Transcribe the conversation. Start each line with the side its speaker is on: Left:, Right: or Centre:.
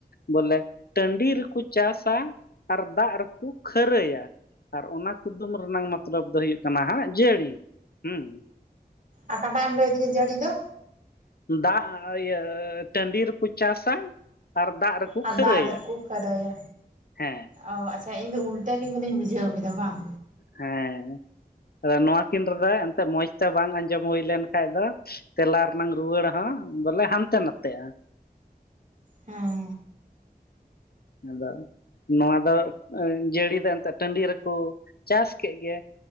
Left: ᱵᱚᱞᱮ ᱴᱟᱺᱰᱤ ᱨᱮᱠᱚ ᱪᱟᱥᱟ ᱟᱨ ᱫᱟᱜ ᱨᱮᱠᱚ ᱠᱷᱟᱹᱨᱟᱹᱭᱟ ᱩᱫᱩᱢ ᱨᱮᱱᱟᱝ ᱢᱚᱛᱞᱚᱵ ᱫᱚ ᱦᱩᱭᱩᱜ ᱠᱟᱱᱟ ᱦᱟᱸᱜ ᱡᱟᱹᱲᱤ ᱦᱮᱸ
Right: ᱚᱠᱟᱴᱟᱜ ᱮᱢ ᱞᱟᱹᱭᱟᱹᱫᱤᱧᱟ ᱡᱟᱹᱲᱤ ᱫᱚ
Left: ᱫᱟᱜ ᱤᱭᱟᱹ ᱴᱟᱺᱰᱤ ᱨᱮᱠᱚ ᱪᱟᱥᱟ ᱟᱨ ᱫᱟᱜ ᱨᱮᱠᱚ
Right: ᱟᱨ
Left: ᱠᱷᱟᱹᱨᱟᱹᱭᱟ
Right: ᱫᱟᱜ ᱨᱮᱠᱚ ᱠᱷᱟᱹᱨᱟᱹᱭᱟ
Left: ᱦᱮᱸ
Right: ᱚ ᱟᱪᱷᱟ ᱤᱧ ᱫᱚ ᱩᱞᱴᱟᱹ ᱜᱮ ᱵᱚᱞᱮᱧ ᱵᱩᱡᱷᱟᱹᱣ ᱠᱮᱫᱟ ᱵᱟᱝ
Left: ᱦᱮᱸ ᱟᱫᱚ ᱱᱚᱶᱟ ᱠᱤᱱ ᱨᱮᱫᱚ ᱮᱱᱛᱮᱜ ᱢᱚᱡᱽ ᱛᱮ ᱵᱟᱝ ᱟᱸᱡᱚᱢ ᱦᱩᱭ ᱞᱮᱱ ᱠᱷᱟᱭᱜᱽ ᱫᱚ ᱮᱱᱟᱝ ᱨᱩᱣᱟᱹᱲ ᱦᱚᱸ ᱵᱚᱞᱮ ᱦᱟᱱᱛᱮ ᱱᱷᱟᱛᱮᱜ-ᱟ
Right: ᱦᱮᱸ
Left: ᱟᱫᱚ ᱱᱚᱣᱟ ᱫᱚ ᱡᱟᱹᱲᱤ ᱫᱚ ᱮᱱᱛᱮᱫ ᱴᱟᱺᱰᱤ ᱨᱮᱠᱚ ᱪᱟᱥ ᱠᱮᱜ ᱜᱮ